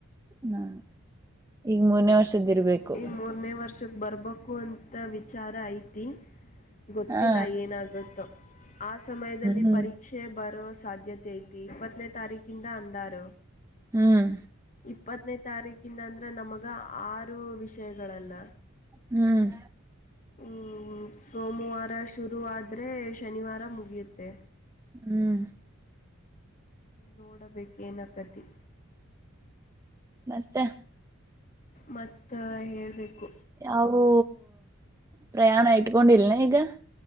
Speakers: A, on the right (about 15°); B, on the left (about 35°).
A: ಹ ಈಗ ಮೂರ್ನೇ ವರ್ಷದ್ದಿರ್ಬೇಕು
B: ಈ ಮೂರನೇ ವರ್ಷಕ್ ಬರ್ಬೇಕು ಅಂತ ವಿಚಾರ ಐತಿ ಗೊತ್ತಿಲ್ಲ
A: ಹ್ಮ್
B: ಏನಾಗುತ್ತೋ ಆ ಸಮಯದಲ್ಲಿ
A: ಹ್ಮ್
B: ಪರೀಕ್ಷೆ ಬರೋ ಸಾಧ್ಯತೆ ಐತಿ ಇಪ್ಪತ್ತನೇ ತಾರೀಕಿಂದ ಅಂದಾರು
A: ಹ್ಮ್
B: ಇಪ್ಪತ್ತನೇ ತಾರೀಕಿಂದ ಅಂದ್ರೆ ನಮಗ ಆರು ವಿಷಯಗಳಲ್ಲ
A: ಹ್ಮ್
B: ಹ್ಮ್ ಸೋಮವಾರ ಶುರು ಆದ್ರೆ ಶನಿವಾರ ಮುಗಿಯುತ್ತೆ
A: ಹ್ಮ್
B: ನೋಡಬೇಕೇನಾಗತಿ
A: ಮತ್ತೆ
B: ಮತ್ತ ಹೇಳ್ಬೇಕು
A: ಯಾವೂ ಪ್ರಯಾಣ ಇಟ್ಕೊಂಡಿಲ್ನಾ ಈಗ